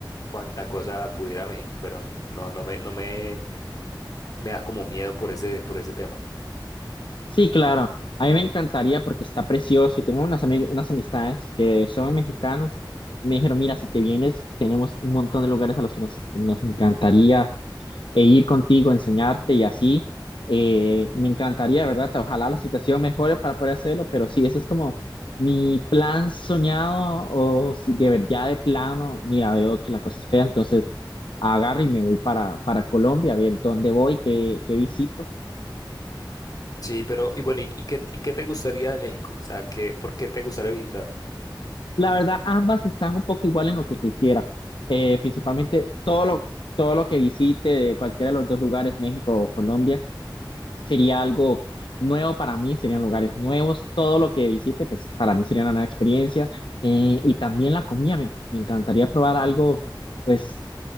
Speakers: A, on the left; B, on the left.
A: cuánta cosa pudiera a México, pero no, no, no me, no me, me da como miedo por ese, por ese tema.
B: Sí, claro. A mí me encantaría porque está precioso y tengo unas, ami- unas amistades que son mexicanos y me dijeron, mira, si te vienes, tenemos un montón de lugares a los que nos, nos encantaría e ir contigo, enseñarte y así. Eh, me encantaría, ¿verdad? Ojalá la situación mejore para poder hacerlo, pero sí, ese es como mi plan soñado o si de verdad ya de plano, mira, veo que la cosa es fea, entonces agarro y me voy para, para Colombia a ver dónde voy, qué, qué visito.
A: Sí, pero y bueno, ¿y, y qué, y qué te gustaría de México? O sea, ¿qué, por qué te gustaría visitarlo?
B: La verdad, ambas están un poco igual en lo que quisiera. Eh, principalmente todo lo, todo lo que visite de cualquiera de los dos lugares, México o Colombia, sería algo nuevo para mí, serían lugares nuevos. Todo lo que visite, pues para mí sería una nueva experiencia. Eh, y también la comida, me, me encantaría probar algo, pues